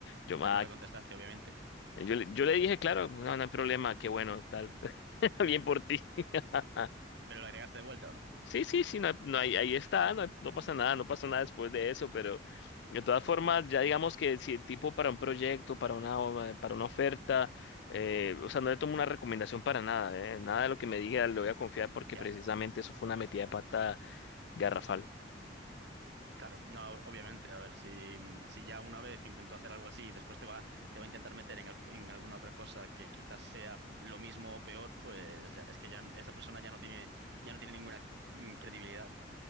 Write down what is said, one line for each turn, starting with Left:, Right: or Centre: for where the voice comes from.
Left: Yo,
Right: Pero
Left: ma,
Right: no le contestaste, obviamente.
Left: yo, le- yo le dije, claro, no, no hay problema, qué bueno, tal. <laughs> Bien por ti. Ah,
Right: ¿Pero le agregaste de vuelta o no?
Left: sí, sí, sí, no, hay- no hay- ahí está, no, hay- no pasa nada, no pasa nada después de eso, pero de todas formas, ya digamos que si el tipo para un proyecto, para una, o- para una oferta, eh, o sea, no le tomo una recomendación para nada, eh, nada de lo que me diga le voy a confiar porque
Right: Ya,
Left: precisamente eso fue una metida de pata garrafal.
Right: claro. No, obviamente. A ver, si, si ya una vez intentó hacer algo así y después te va, te va a intentar meter en, al- en alguna otra cosa que quizás sea lo mismo o peor, pues ya- es que ya esa persona ya no tiene, ya no tiene ninguna mm, credibilidad.